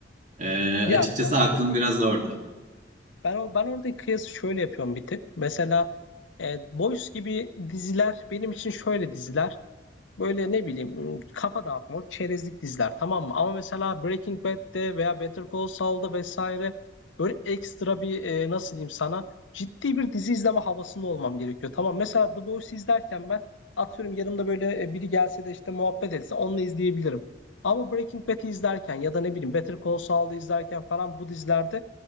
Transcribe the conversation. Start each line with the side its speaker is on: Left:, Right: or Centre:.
Right: E, açıkçası
Left: Ya ben oradaki
Right: aklım biraz orada.
Left: Ben, o- ben oradaki kıyası şöyle yapıyorum bir tık. Mesela e, Boys gibi diziler benim için şöyle diziler. Böyle ne bileyim kafa dağıtmalık çerezlik diziler tamam mı? Ama mesela Breaking Bad'de veya Better Call Saul'da vesaire böyle ekstra bir e, nasıl diyeyim sana ciddi bir dizi izleme havasında olmam gerekiyor. Tamam mesela The Boys izlerken ben atıyorum yanımda böyle e, biri gelse de işte muhabbet etse onunla izleyebilirim. Ama Breaking Bad'i izlerken ya da ne bileyim Better Call Saul'u izlerken falan bu dizilerde